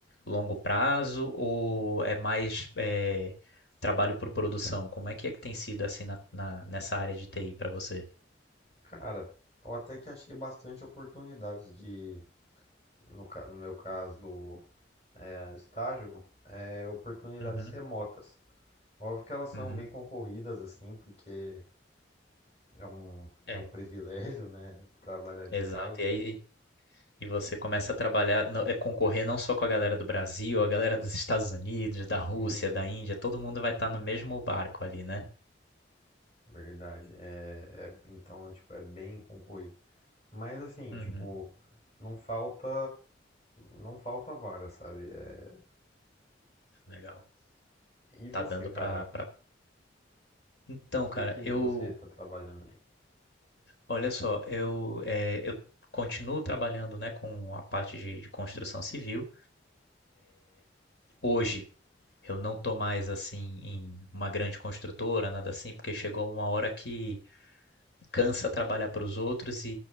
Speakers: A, on the left; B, on the left.
A: longo prazo ou é mais é, trabalho por produção? Como é que é que tem sido assim na, na- nessa área de TI pra você?
B: Cara, eu até que achei bastante oportunidades de no, no meu caso, é, estágio, é, oportunidades
A: Uhum.
B: remotas. Óbvio que elas são
A: Uhum.
B: bem concorridas, assim, porque é um,
A: É,
B: é um privilégio, né? Trabalhar de
A: exato.
B: casa.
A: E aí E você começa a trabalhar, no- é, concorrer não só com a galera do Brasil, a galera dos Estados Unidos, da Rússia,
B: Sim,
A: da Índia, todo mundo vai estar no mesmo barco ali, né?
B: verdade. É, é- então, é, tipo, é bem concorrido. Mas, assim,
A: Uhum,
B: tipo, não falta, não falta vaga, sabe? É,
A: legal.
B: e você,
A: Tá dando
B: cara?
A: pra, pra... Então,
B: O
A: cara,
B: que que
A: eu,
B: você tá trabalhando aí?
A: olha só, eu, é, eu continuo trabalhando, né, com a parte de, de construção civil. Hoje eu não tô mais assim em uma grande construtora, nada assim, porque chegou uma hora que cansa trabalhar para os outros e,